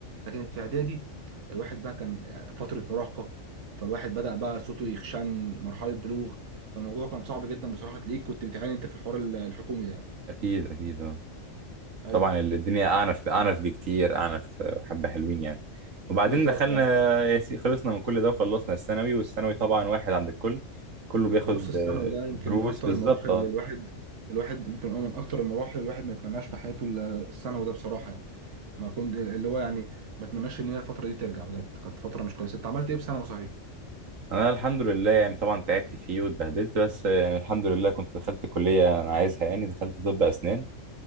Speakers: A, on the right; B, on the right.
A: لكن في إعدادي الواحد بقى كان آه، فترة مراهقة فالواحد بدأ بقى صوته يخشن مرحلة بلوغ فالموضوع كان صعب جدا بصراحه تلاقيك كنت بتعاني انت في الحوار ال- الحكومي ده يعني
B: اكيد اكيد اه
A: ايوه
B: طبعا الدنيا أعنف أعنف بكتير أعنف آه، حبة حلوين يعني وبعدين
A: بالظبط
B: دخلنا
A: ايوه
B: يا سي- خلصنا من كل ده وخلصنا الثانوي والثانوي طبعا واحد عند الكل كله بياخد
A: بص الثانوي
B: آه،
A: ده يمكن
B: دروس
A: من اكتر
B: بالظبط
A: المراحل
B: اه
A: اللي الواحد الواحد يمكن هو من اكتر المراحل اللي الواحد ما يتمناش في حياته الا الثانوي ده بصراحه يعني ما كنت اللي هو يعني ما اتمناش ان هي الفتره دي ترجع بجد كانت فتره مش كويسه انت عملت ايه في ثانوي صحيح
B: أنا الحمد لله يعني طبعا تعبت فيه واتبهدلت بس آه، يعني الحمد لله كنت دخلت كلية أنا عايزها يعني دخلت طب أسنان